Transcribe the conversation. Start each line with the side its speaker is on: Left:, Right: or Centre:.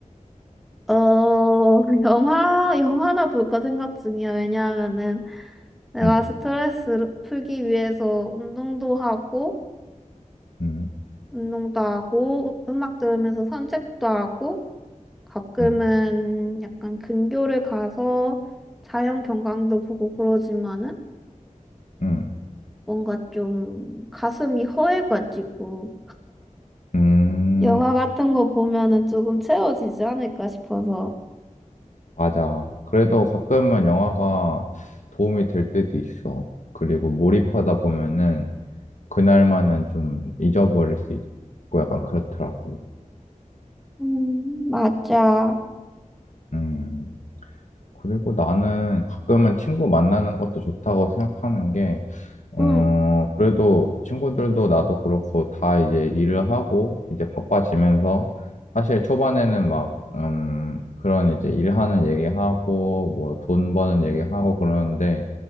Centre: 어, <laughs> 영화, 영화나 볼까 생각 중이야. 왜냐하면은 내가
Left: 응,
Centre: 스트레스 풀기 위해서 운동도 하고
Left: 응,
Centre: 운동도 하고, 음악 들으면서 산책도 하고, 가끔은
Left: 응,
Centre: 약간 근교를 가서 자연 경관도 보고 그러지만은
Left: 응.
Centre: 뭔가 좀 가슴이 허해가지고
Left: 음,
Centre: 영화 같은 거 보면은 조금 채워지지 않을까 싶어서.
Left: 맞아. 그래도 가끔은 영화가 도움이 될 때도 있어. 그리고 몰입하다 보면은 그날만은 좀 잊어버릴 수 있고 약간 그렇더라고.
Centre: 음, 맞아.
Left: 음. 그리고 나는 가끔은 친구 만나는 것도 좋다고 생각하는 게, 어,
Centre: 음,
Left: 그래도 친구들도 나도 그렇고 다 이제 일을 하고 이제 바빠지면서 사실 초반에는 막, 음, 그런 이제 일하는 얘기하고 뭐 돈 버는 얘기하고 그러는데